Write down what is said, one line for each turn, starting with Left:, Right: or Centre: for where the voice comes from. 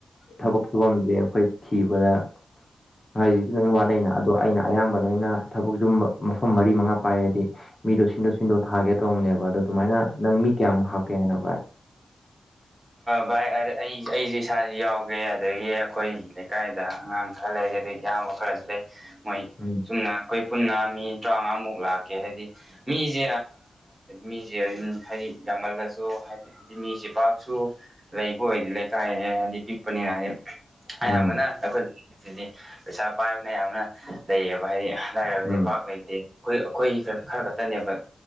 Left: ꯊꯕꯛ ꯁꯨꯐꯝꯁꯦ ꯑꯩꯈꯣꯏ ꯊꯤꯕꯗ ꯉꯥꯏꯖꯤꯤ ꯂꯣꯏꯅ ꯋꯥꯠꯅꯩꯅ ꯑꯗꯣ ꯑꯩꯅ ꯑꯌꯥꯝꯕ ꯂꯣꯏꯅ ꯊꯕꯛꯁꯨꯨꯝꯕ ꯃꯐꯝ ꯃꯔꯤ ꯃꯉꯥ ꯄꯥꯏꯔꯗꯤ ꯃꯤꯗꯣ ꯁꯤꯟꯗꯣꯛ ꯁꯤꯟꯗꯣꯛ ꯊꯥꯒꯦ ꯇꯧꯕꯅꯦꯕ ꯑꯗꯣ ꯑꯗꯨꯃꯥꯏꯅ ꯅꯪ ꯃꯤ ꯀꯌꯥꯃꯨꯛ ꯍꯥꯞꯀꯦ ꯍꯥꯏꯅ ꯚꯥꯏ
Right: ꯚꯥꯏ ꯑꯩ ꯑꯩꯁꯨꯦ ꯏꯁꯥꯁꯨ ꯌꯥꯎꯒꯦ ꯑꯗꯒꯤ ꯑꯩꯈꯣꯏ ꯂꯩꯀꯥꯏꯗ ꯑꯉꯥꯡ ꯈꯔ ꯂꯩꯔ ꯑꯗꯨꯩ ꯏꯌꯥꯝꯕ ꯈꯔꯁꯨ ꯂꯩ ꯃꯣꯏ
Left: ꯎ
Right: ꯑꯗꯨꯨꯝꯅ ꯑꯩꯈꯣꯏ ꯄꯨꯟꯅ ꯃꯤ ꯇꯔꯥꯃꯉꯥꯃꯨꯛ ꯂꯥꯛꯀꯦ ꯍꯥꯏꯗꯤ ꯃꯤꯁꯦ ꯃꯤꯁꯦ ꯑꯗꯨꯝ ꯍꯥꯏꯗꯤ ꯌꯥꯝꯃꯜꯂꯁꯨ ꯍꯥꯏꯗꯤ ꯍꯥꯏꯗꯤ ꯃꯤꯁꯦ ꯄꯥꯛ ꯁꯨ ꯂꯩꯕ ꯑꯣꯏꯗꯤ ꯂꯩꯀꯥꯏ ꯍꯥꯏꯗꯤ ꯄꯤꯛꯄꯅꯤꯅ ꯍꯥꯏꯗꯤ ꯑꯌꯥꯝꯕꯅ
Left: ꯎꯝ
Right: ꯑꯩꯈꯣꯏ ꯁꯤꯗꯤ ꯄꯩꯁꯥ ꯄꯥꯏꯕꯅ ꯌꯥꯝꯅ ꯂꯩꯌꯦꯕ ꯍꯥꯏꯗꯤ ꯂꯥꯏꯔꯕꯁꯦ
Left: ꯎꯝ
Right: ꯄꯥꯛ ꯂꯩꯇꯦ ꯑꯩꯈꯣꯏ ꯑꯩꯈꯣꯏ ꯈ ꯈꯔ ꯈ ꯈꯛꯇꯅꯦꯕ